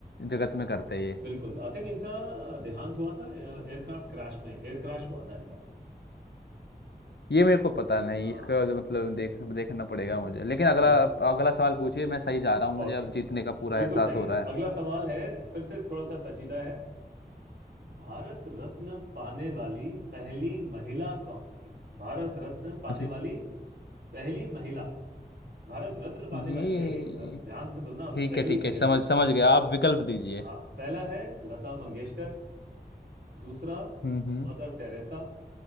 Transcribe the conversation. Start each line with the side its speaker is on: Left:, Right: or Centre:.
Left: जगत में करते ये
Right: बिल्कुल आई थिंक इनका अ, देहांत हुआ था एयरक्राफ्ट क्रैश में एयर क्रैश हुआ था इनका
Left: ये मेरे को पता नहीं
Right: अ,
Left: इसका जो मतलब देख देखना पड़ेगा
Right: हम्म,
Left: मुझे लेकिन अगला
Right: जित
Left: अगला सवाल पूछिए मैं सही जा रहा हूँ मुझे
Right: ओके
Left: अब जीतने का पूरा
Right: बिल्कुल
Left: एहसास
Right: सही
Left: हो
Right: है
Left: रहा है
Right: अगला सवाल है फिर से थोड़ा सा पेचीदा है भारत रत्न पाने वाली पहली महिला कौन थी भारत रत्न पाने
Left: अरे
Right: वाली पहली महिला भारत रत्न पाने
Left: ये
Right: वाली है ये अ, ध्यान से सुनना उसको
Left: ठीक
Right: पहली
Left: है ठीक है
Right: महिला
Left: समझ समझ गया आप विकल्प दीजिए
Right: हाँ पहला है लता मंगेशकर दूसरा
Left: हम्म हम्म
Right: मदर टेरेसा